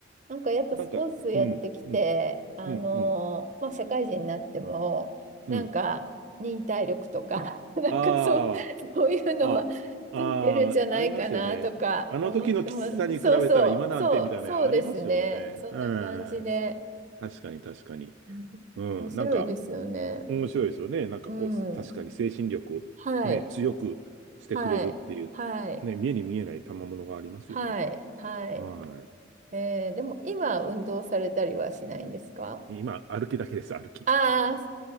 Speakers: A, on the right; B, on the right.
A: なんかやっぱスポーツやってきて、
B: なんか、うん。うん。
A: あのーまあ、
B: うん。うん。
A: 社会人になっても、
B: うん。
A: なんか忍耐力とか、<laughs> なんかそう、
B: あ
A: そういうのはついてるんじゃないかなとか思ってます。
B: あ、ああ、ありますよね。あの時のきつさに比べたら今なんてみたいなのありますよね。
A: そうそう、そう、そうですね。そんな感じで。
B: うん。確かに、確かに。
A: うん
B: うん。
A: 面白いですよね。
B: なんか、面白いですよね。なんかこう、
A: うん。
B: 確かに精神力をね、
A: はい、
B: 強くしてくれるっていう、
A: はい、はい、
B: ね、目に見えない賜物がありますよね。
A: はい、はい。
B: は
A: えーでも今運動されたりはしないんですか
B: い。今、歩きだけです、歩き。
A: ああ